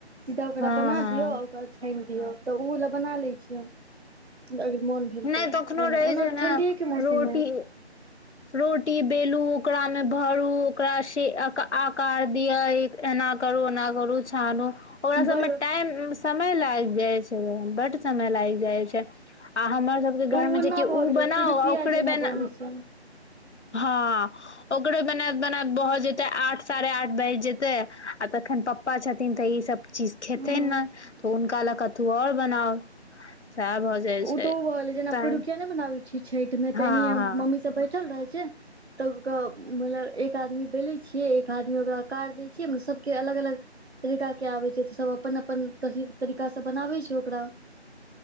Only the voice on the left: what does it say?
हँ
हँ
नहि
तखनो
रहै
छै ने
रोटी रोटी बेलू ओकरा मे भरू ओकरा से आकार दिय एना करू ओना करू छानु ओकरा सबमे
टाइम समय लागि जाइ छै बड समय लागि जाइ छै आ हमर सबके
घरमे
जे कि उ
बनाओ
आ ओकरे
बना
हँ ओकरे बन‌एत बन‌एत भह जेते आठ साढ़े आठ बाजि जेते आ तखन पप्पा छथिन तऽ ई सब चीज खेथीन
नै तऽ हुनका ले कथू आओर बनाउ सएह भऽ जाय छै
तऽ
हँ
हँ